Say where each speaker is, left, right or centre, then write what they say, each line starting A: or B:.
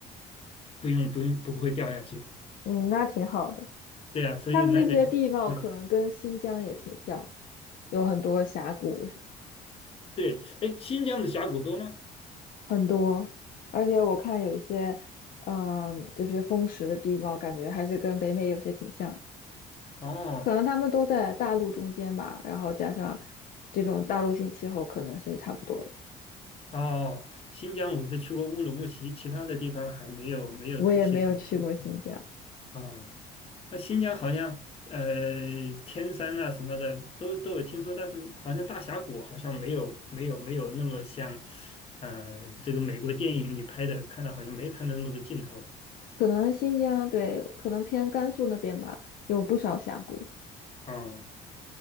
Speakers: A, on the left (about 35°); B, on the left (about 55°).
A: 不用不用不会掉下去。
B: 嗯，那挺好的。
A: 对啊，所以来美国，
B: 他们那些地貌可能跟新疆也挺像，
A: 嗯，
B: 有很多峡谷，
A: 对，哎，新疆的峡谷多吗？
B: 很多，而且我看有一些，嗯，就是风蚀的地貌，感觉还是跟北美有些挺像，
A: 哦
B: 可能他们都在大陆中间吧，然后加上这种大陆性气候，可能是差不多的。
A: 哦，新疆我只去过乌鲁木齐，其他的地方还没有没有仔细的闻。
B: 我也没有去过新疆。
A: 啊、那新疆好像呃天山呐什么的都都有听说，但是好像大峡谷好像没有没有没有那么像呃这个美国电影里拍的，看到好像没看到那么多镜头
B: 可能新疆，对，可能偏甘肃那边吧，有不少峡谷。
A: 啊。哦